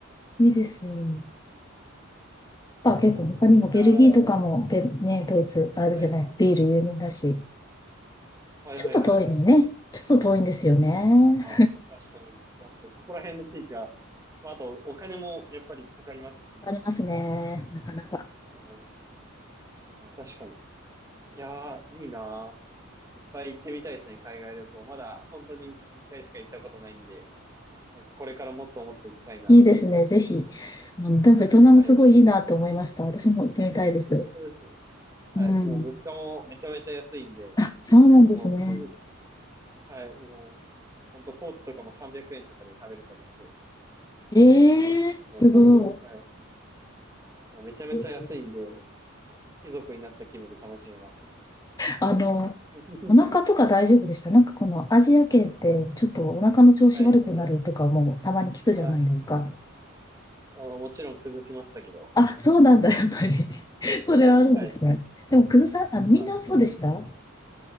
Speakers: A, on the left; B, on the right.
A: いいですよね。ぱ結構他にもベルギーとかもべ、
B: めちゃめちゃ、
A: ね、ドイツ、あるじゃない、
B: はい、
A: ビール有名だし、
B: はいはいはいはい。
A: ちょっと遠いのよね。ちょっと遠いんですよね。
B: ああ、確かに、そうですね。そこら辺の地域は、まあ、あと、お金もやっぱりかかりますしね。
A: ありますね。なかなか。
B: はい。いや、確かに。いやー、いいなー。いっぱい行ってみたいですね、海外旅行。まだ、本当に一回しか行ったことないんで、なんかこれからもっともっと行きたいなって。
A: いいですね。ぜひ。うん、でもベトナムすごいいいなと思いました。
B: はい。
A: 私も行ってみたいです。
B: そうですね。
A: うん。
B: はい。もう物価もめちゃめちゃ安いんで、
A: あ、そうなんですね。
B: もう、きはい。もう、ほんと、フォーとかも300円とかで食べれたりして、
A: ええーすご
B: もうほん、はい。もうめちゃめちゃ安いんで、
A: い。
B: 貴族になった気分で楽しめますよ。
A: あの、
B: <laughs>
A: お腹とか大丈夫でしたなんかこのアジア圏ってちょっとお腹の調子悪くなるとかもたまに聞くじゃないですか。
B: はい。ああの、もちろん崩しましたけど。
A: あ、そうなんだ、やっぱり。<laughs> それはあるんですね。
B: はい、はい。
A: でも、くずさん、あの、みんなそうでした
B: まあ、